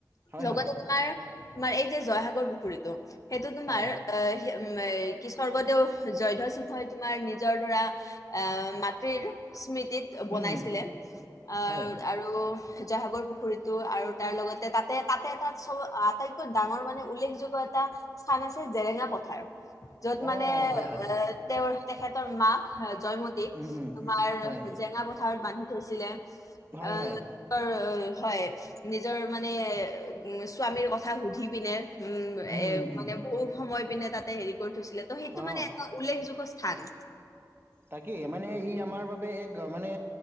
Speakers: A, on the right; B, on the left.
A: হয়
B: লগতে
A: হয়
B: তোমাৰ তোমাৰ এই যে জয়সাগৰ পুখুৰীতটো, সেইটো তোমাৰ
A: হয়
B: আহ কি স্বৰ্গদেউ জয়ধ্বজ সিংহই তোমাৰ নিজৰ ধৰা এ মাতৃৰ স্মৃতিত বনাইছিলে।
A: উম উম
B: অ'
A: হয়
B: আৰু জয়হাগৰ পু পুখুৰীতটো আৰু তাৰ লগতে তাতে তাতে এটা চব, আটাইতকৈ ডাঙৰ মানে উল্লেখযোগ্য এটা স্থান আছে জেৰেঙা পথাৰ। য'ত
A: অ
B: মানে
A: হয় হয়
B: এ তেওঁৰ তেখেতৰ মাক' জয়মতীক
A: উম উম
B: তোমাৰ'জেৰাঙা
A: হয়
B: পথাৰত বান্ধি থৈছিলে।
A: হয়
B: আহ
A: হয়
B: হয় নিজৰ মানে উ স্বামীৰ কথা সুধি পিনে' উম এ
A: উম উম
B: মানে বহুত সময় পিনে তাতে হেৰি কৰি থৈছিলে ত' সেইটো
A: অ
B: মানে এটা উল্লেখযোগ্য স্থান।
A: তাকেই, মানে ই আমাৰ বাবে এক মানে